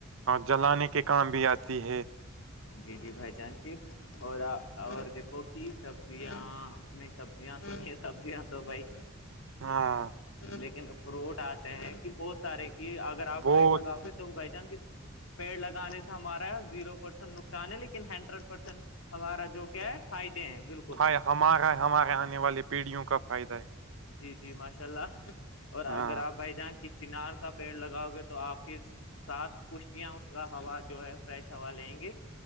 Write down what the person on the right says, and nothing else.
جلانے کے کام بھی آتی ہے
ہاں
بہت
فا- ہمارا ہمارے آنے والے پیڑھیوں کا فائدہ ہے
ہاں